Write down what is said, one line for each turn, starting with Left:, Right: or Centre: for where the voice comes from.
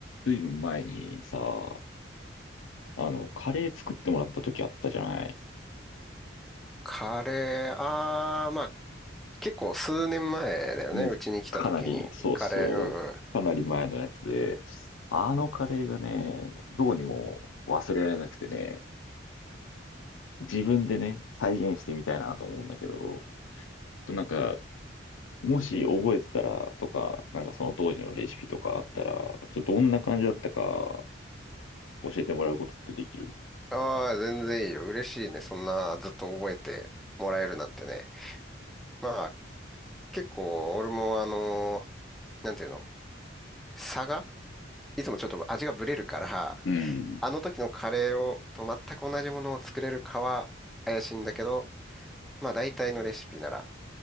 Left: ずいぶん前にさ、あの、カレー作ってもらった時あったじゃない。
Centre: カレー、あー、まあ、結構数年前だよね。
Left: もう、
Centre: うちに来た時に。
Left: かなり、そうそう、
Centre: カレー、うんうん。
Left: かなり前のやつで、あのカレーがね、どうにも忘れられなくてね、自分でね、再現してみたいなと思うんだけど、となんか、もし覚えてたらとか、なんかその当時のレシピとかあったら、ちょっとどんな感じだったか教えてもらうことってできる
Centre: ああ全然いいよ。嬉しいね。そんな、ずっと覚えてもらえるなんてね。まあ、結構、俺もあのなんていうの差がいつもちょっと味がブレるから、
Left: うん。
Centre: あの時のカレーを、と全く同じものを作れるかは怪しいんだけど、まあ、大体のレシピなら。